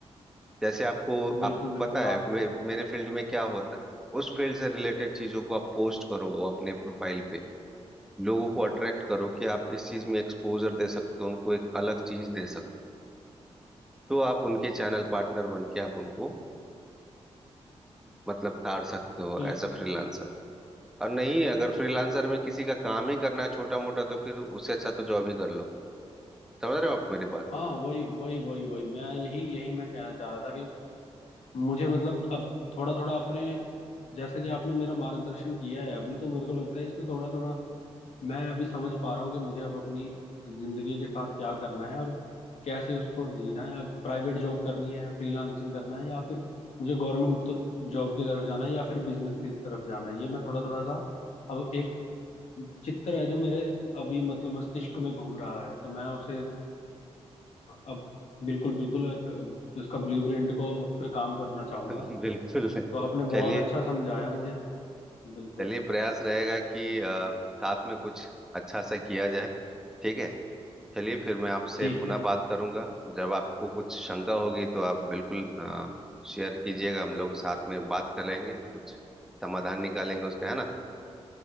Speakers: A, in the centre; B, on the left (about 80°).
A: जैसे आपको आप
B: बिल्कुल बिल्कुल
A: पता
B: आप
A: है मे, मेरे फील्ड में क्या होता है उस फील्ड से रिलेटेड चीजों को आप पोस्ट करो अपने प्रोफाइल पे लोगों को अट्रैक्ट करो कि आप इस चीज में एक्सपोजर दे सकते हो उनको एक अलग चीज दे सकते हो तो आप उनके चैनल पार्टनर बन के आप उनको मतलब तार सकते
B: बिल
A: हो एज अ फ्रीलांसर और नहीं अगर फ्रीलांसर में किसी का काम ही करना है छोटा मोटा तो फिर उससे अच्छा तो जॉब ही कर लो समझ रहे हो आप मेरी बात <laughs>
B: हाँ वही वही वही वही मैं यही यही मैं कहना चाह रहा था कि मुझे मतलब अब थोड़ा थोड़ा अपने जैसे कि आपने मेरा मार्गदर्शन किया है अभी तो मेरे को लगता है इसमें थोड़ा थोड़ा मैं अभी समझ पा रहा हूँ कि मुझे अब अपनी जिंदगी के साथ क्या करना है और कैसे उसको जीना है प्राइवेट जॉब करनी है फ्रीलांसिंग करना है या फिर मुझे गवर्नमेंट तो जॉब की तरफ जाना है या फिर बिजनेस की तरफ जाना है ये मैं थोड़ा थोड़ा सा अब एक चित्र है जो मेरे अभी मतलब मस्तिष्क में घूम रहा है तो मैं उसे अ, अब बिल्कुल बिल्कुल एक, उसका ब्लूप्रिंट को उस पर काम करना चाहूंगा
A: बिल्कुल
B: तो आपने
A: चलिए
B: बहुत अच्छा समझाया मुझे बिल्कुल
A: चलिए प्रयास रहेगा कि अ, साथ में कुछ अच्छा सा किया जाए ठीक है चलिए फिर मैं आपसे
B: ठीक
A: पुनः
B: है
A: बात करूंगा जब आपको कुछ शंका होगी तो आप बिल्कुल अ, शेयर कीजिएगा हम लोग साथ में बात कर लेंगे कुछ समाधान निकालेंगे उसका है ना